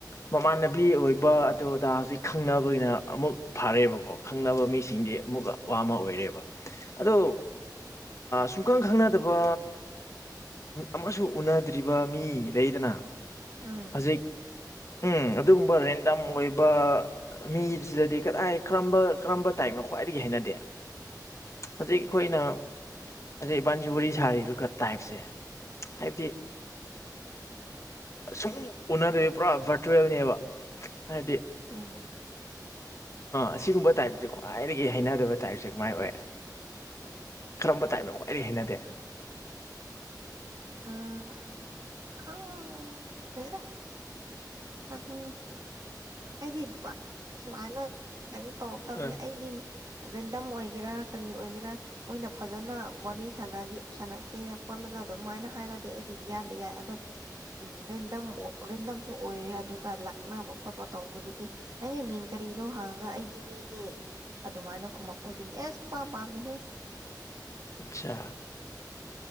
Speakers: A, on the left; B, on the right.
A: ꯃꯃꯥꯟꯅꯕꯤ ꯑꯣꯏꯕ ꯑꯗꯨ ꯑꯇꯥ ꯍꯧꯖꯤꯛ ꯈꯪꯅꯕꯒꯤꯅ ꯑꯃꯨꯛ ꯐꯔꯦꯕꯀꯣ ꯈꯪꯅꯕ ꯃꯤꯁꯤꯡ ꯑꯃꯨꯛ ꯋꯥ ꯑꯃ ꯑꯣꯏꯔꯦꯕ ꯑꯗꯣ ꯁꯨꯡꯀꯪ ꯈꯪꯅꯗꯕ ꯑꯃꯁꯨ ꯎꯅꯗ꯭ꯔꯤꯕ ꯃꯤ ꯂꯩꯗꯅ
B: ꯎꯝ
A: ꯍꯧꯖꯤꯛ ꯎꯝ ꯑꯗꯨꯒꯨꯝꯕ ꯔꯦꯟꯗꯝ ꯑꯣꯏꯕ ꯃꯤꯁꯤꯗꯗꯤ ꯀꯗꯥꯏ ꯀꯔꯝꯕ ꯀꯔꯝꯕ ꯇꯥꯏꯞꯅꯣ ꯈꯣ ꯈ꯭ꯋꯥꯏꯗꯒꯤ ꯍꯩꯅꯗꯦ ꯍꯧꯖꯤꯛ ꯑꯩꯈꯣꯏꯅ ꯍꯧꯖꯤꯛ ꯏꯕꯥꯟꯁꯤ ꯋꯥꯔꯤ ꯁꯥꯔꯤꯗꯨ ꯇꯥꯏꯞꯁꯦ ꯍꯥꯏꯕꯗꯤ ꯁꯨꯝ ꯎꯅꯗꯣꯏꯕ ꯄꯨꯔꯥ ꯚꯔꯆꯨꯋꯦꯜꯅꯦꯕ ꯍꯥꯏꯗꯤ
B: ꯎꯝ
A: ꯑꯁꯤꯒꯨꯝꯕ ꯇꯥꯏꯞꯁꯦ ꯈ꯭ꯋꯥꯏꯗꯒꯤ ꯍꯩꯅꯗꯕ ꯇꯥꯏꯁꯦ ꯀꯃꯥꯏ ꯑꯣꯏ ꯀꯔꯝꯕ ꯇꯥꯏꯞꯅ ꯈ꯭ꯋꯥꯏꯗꯒꯤ ꯍꯩꯅꯗꯦ
B: ꯎꯝ ꯈꯥꯎ ꯍꯔ ꯑꯗꯣ ꯑꯩꯗꯤ ꯁꯨꯃꯥꯏꯅ ꯀꯩꯅꯣ ꯇꯧꯔꯛꯇꯕꯅꯦ
A: ꯑ
B: ꯑꯩꯗꯤ ꯔꯦꯟꯗꯝ ꯑꯣꯏꯒꯦꯔꯥ ꯀꯔꯤ ꯑꯣꯏꯒꯦꯔꯥ ꯃꯣꯏꯅ ꯐꯖꯅ ꯋꯥꯔꯤ ꯁꯥꯟꯅ ꯁꯅꯁꯦꯅꯣ ꯈꯠꯂꯒ ꯑꯗꯨꯃꯥꯏꯅ ꯍꯥꯏꯔꯗꯤ ꯑꯩꯗꯤ ꯌꯥꯗ ꯌꯥꯏ ꯑꯗꯣ ꯎ ꯔꯦꯟꯗꯝ ꯔꯦꯟꯗꯝꯁꯨ ꯑꯣꯏꯔꯦ ꯑꯗꯨꯒ ꯂꯥꯛꯅꯕ ꯈꯣꯠꯄ ꯇꯧꯕꯗꯨꯗꯤ ꯅꯪꯒꯤ ꯃꯤꯡ ꯀꯔꯤꯅꯣ ꯍꯥꯡꯉꯒ ꯑꯩꯗꯤ ꯃꯤꯅꯦ ꯑꯗꯨꯃꯥꯏꯅ ꯈꯨꯝꯃꯛꯄꯗꯨꯅꯤ ꯑꯦ ꯁꯨꯝ ꯄꯥꯝ ꯄꯥꯝꯅꯤꯍꯦ
A: ꯑꯆꯥ